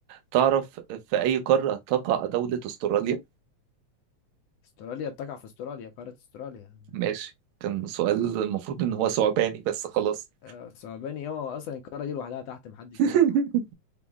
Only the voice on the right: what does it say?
تعرف في أي قارة تقع دولة أستراليا؟
ماشي كان سؤال المفروض إن هو ثعباني بس خلاص
<laughs>